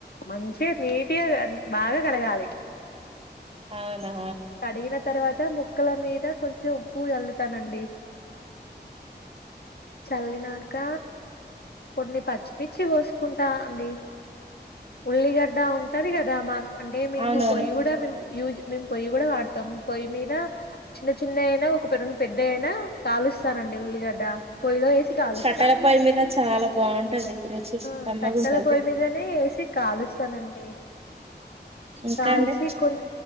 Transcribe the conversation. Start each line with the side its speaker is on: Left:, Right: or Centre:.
Left: మంచిగా నీటిగా బాగా కడగాలి
Right: అవునా
Left: కడిగిన తర్వాత ముక్కల మీద కొంచెం ఉప్పు చల్లుతానండి చల్లినాక కొన్ని పచ్చిమిర్చి కోసుకుంటా అండి ఉల్లిగడ్డ ఉంటది కదా మాకు అంటే మేము
Right: అవునవును
Left: పొయ్యి కూడా మేమ్ యూస్ పొయ్యి కూడా వాడతాం పొయ్యి మీద చిన్న చిన్న అయినా ఒక <inaudible> పెద్దగా అయినా కాలుస్తానండి ఉల్లిగడ్డ పొయ్యిలో వేసి కాలుస్తా
Right: కట్టలపొయ్యి మీద చాలా బాగుంటది రుచి
Left: ఆ
Right: కమ్మగుంటది
Left: కట్టెల పొయ్యి మీదనే వేసి కాలుస్తానండి
Right: ఇంకా
Left: కాల్సి
Right: అండి
Left: కొన్ని